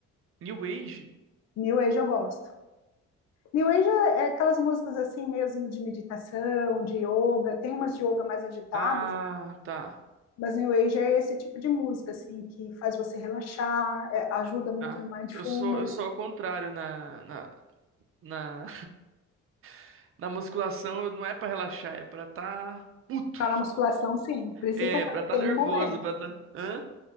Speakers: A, on the right (about 45°); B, on the left (about 60°).
A: New Age?
B: New Age eu gosto. New Age é é aquelas músicas assim mesmo de meditação, de yoga, tem umas de yoga mais agitadas,
A: Ah, tá.
B: mas New Age é esse tipo de música assim que faz você relaxar, é, ajuda muito
A: Ah,
B: no mindfulness,
A: eu sou, eu sou ao contrário na, na, na, <laughs> na musculação, eu- não é pra relaxar, é pra tá puto.
B: na musculação sim. Por isso
A: É,
B: que eu falo,
A: pra tá
B: tem
A: nervoso,
B: um momento,
A: pra tá. Hã?